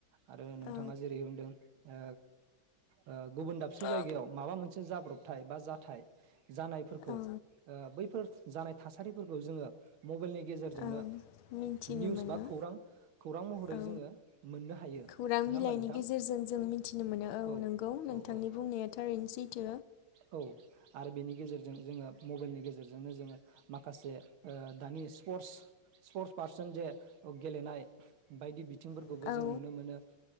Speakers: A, on the right (about 85°); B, on the left (about 85°).
A: आरो नोंथाङा
B: औ
A: जेरै होनदों ओ ओ गुबुन फिसा
B: ओ
A: जायगायाव माबा मोनसे जाब्रबथाय बा जाथाय जानायफोरखौ
B: औ
A: ओ बैफोर जानाय थासारिफोरखौ जोङो मबाइलनि गेजेरजोंनो
B: औ मिन्थिनो
A: निउस
B: मोनो
A: बा खौरां खौरां महरै
B: औ
A: जोङो मोननो हायो
B: खौरां
A: नङा
B: बिलाइनि
A: होमबा नोंथां
B: गेजेरजों जों मिथिनो मोनो
A: औ
B: नंगौ नोंथांनि
A: औ औ।
B: बुंनाया थारैनो सैथो
A: ओ औ आरो बेनि गेजेरजों जोंङो मबाइलनि गेजेरजोंनो जोंङो माखासे ओ दानि स्पिर्टस स्पिर्टस पारसेन जे ओ गेलेनाय बायदि बि थिंफोरखौबो
B: औ
A: जों नुनो मोनो